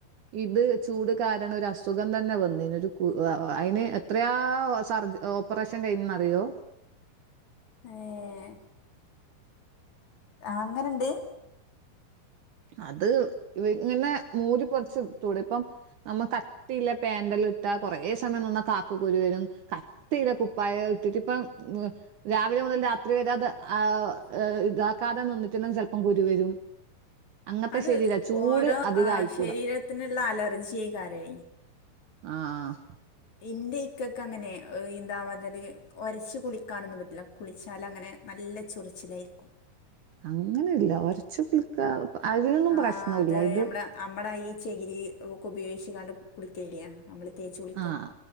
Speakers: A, on the right; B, on the left.
A: ഇത് ചൂട് കാരണം ഒരു അസുഖം തന്നെ വന്നീനും ഒരു കു അയ്ന് എ എത്രയാ സർജ ഓപ്പറേഷൻ കഴുന്നന്ന് അറിയുമോ
B: ഏഹ് അങ്ങനുണ്ട്
A: അത് ഇങ്ങനെ മൂടിപൊതച്ച് തൂടി ഇപ്പം നമ്മ കട്ടില്ല പാൻഡെല്ലും ഇട്ടാ കൊറെ സമയം നിന്ന കുരു വരും കട്ടിള്ള കുപ്പായ ഇട്ടിട്ട് ഇപ്പം രാവിലെ മുതൽ രാത്രി വരെ അത് ആ ഹ് ഇതാക്കാതെ നിന്നിട്ടന്നും ചെലപ്പം കുരു വരും അങ്ങത്തെ
B: അത്
A: ശരീരാ ചൂട്
B: ഓരോ
A: അധികം
B: ആ
A: ആയിക്കൂട
B: ശരീരത്തിനുള്ള അലർജി ഏഴ്ക്കാരെ
A: ആഹ്
B: ഇന്റെ ഇക്കക്ക അങ്ങനെ എന്താ പറതല് ഒരച്ചു കുളിക്കാനൊന്നും പറ്റില്ല കുളിച്ചാലങ്ങനെ നല്ല ചൊറിച്ചിലായിരിക്കും
A: അങ്ങനെ ഇല്ല ഒരച്ച് കുളിക്കാ അതിനൊന്നും
B: ആ
A: പ്രശ്നഇല്ല
B: അത്
A: ഇത്
B: നമ്മളെ നമ്മടെ ഈ ചെകിരി ഒക്കെ ഉപയോഗിച്ച് കണ്ട് കുളിക്കയില്ലേ നമ്മള് തേച്ച് കുളിക്കാ
A: ആഹ്